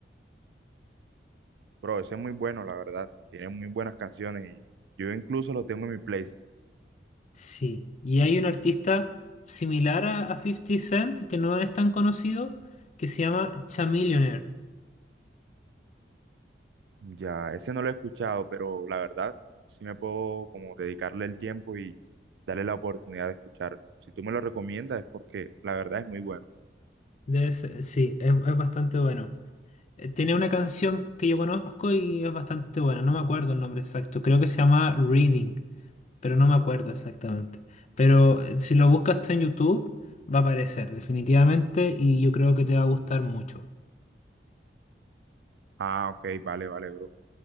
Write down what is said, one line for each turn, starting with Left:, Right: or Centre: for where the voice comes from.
Right: Pero ese es muy bueno, la verdad. Tiene muy buenas canciones y yo incluso lo tengo en mi playlist.
Left: sí. Y hay un artista similar a, a 50 Cent, que no es tan conocido, que se llama Chamillionaire.
Right: Ya, ese no lo he escuchado, pero la verdad sí me puedo como dedicarle el tiempo y darle la oportunidad de escucharlo. Si tú me lo recomiendas es porque la verdad es muy bueno.
Left: Debe ser- sí, es, es bastante bueno. Eh, Tiene una canción que yo conozco y es bastante buena, no me acuerdo el nombre exacto, creo que se llama Reading, pero no me acuerdo exactamente. Pero eh, si lo buscas en YouTube, va a aparecer definitivamente y yo creo que te va a gustar mucho.
Right: Ah, ok, vale, vale, bro.